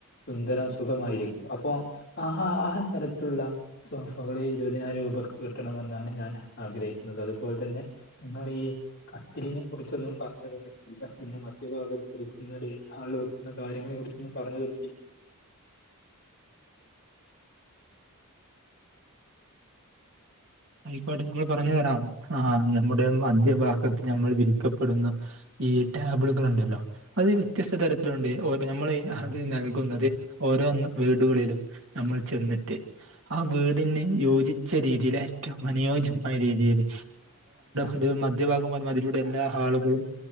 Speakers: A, on the left (about 50°); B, on the right (about 60°).
A: സുന്ദരം സുഖമായിരിക്കും അപ്പൊ ആഹാ ആ തരത്തിലുള്ള സോഫകള് ഇരുപതിനായിരം രൂപക്ക് കിട്ടണമെന്നാണ് ഞാൻ ആഗ്രഹിക്കുന്നത് അതുപോലെ തന്നെ നി കട്ടിലിനെ കുറിച്ചൊന്നും പറഞ്ഞു തന്നിട്ടില്ല പിന്നെ. ഭാഗത്ത്ക്കുന്ന ഡെനി ഹാളിൽ വക്കുന്നാര്യങ്ങളെ കുറിച്ചൊന്നും പറഞ്ഞു തോന്നിട്ടില്ല
B: ആയിക്കോട്ടെ നഞമ്മൾ പറഞ്ഞു തരാം ആ നമ്മുടെ മധ്യഭാഗത്ത് ഞമ്മൾ വിരിക്കപ്പെടുന്ന ഈ ടാബിളുകളുണ്ടല്ലോ അത് വ്യത്യസ്ത തരത്തിലുണ്ട് ഓ നമ്മളൾ അത് നൽകുന്നത് ഓരോ വീടുകളിലും നമ്മൾ ചെന്നിട്ട് ആ വീടിന്ന് യോഗിച്ച രീതീൽ ആ ഏ അനുയോജ്യമായ രീതിയിയില് ഒരു മധ്യഭാഗം പറഞ്ഞുമ അതിലൂടെ എല്ലാ ആളുകളും